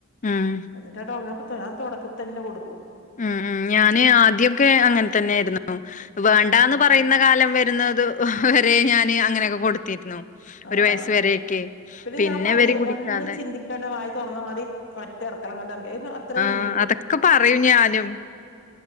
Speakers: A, on the left; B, on the left.
A: ഉം
B: എന്നിട്ട് <unintelligible> ഞാൻ തൊടക്ക തന്നെ കൊടുക്കും
A: ഉം ഉം ഞാന് ആദ്യൊക്കെ അങ്ങനെ തന്നെയായിരുന്നു വേണ്ടാന്ന്
B: ആഹ്
A: പറയുന്ന കാലം വരെ ന്നത് വരെ ഞാന് അങ്ങനെയൊക്കെ കൊടുത്തിരുന്നു
B: ആ
A: ഒരു വയസ്സ്
B: ആ
A: വരെയൊക്കെ.
B: പിന്നെ ഞാൻ പറയും
A: ഇവര് കുടിക്കാതെ
B: ഒന്നും ചിന്തിക്കേണ്ട വായി തുറന്ന മതി ഒറ്റ ഇറക്കലങ്ങ് ഇറക്കി അ അത്രയും
A: ആ അതൊക്കെ പറയും ഞാനും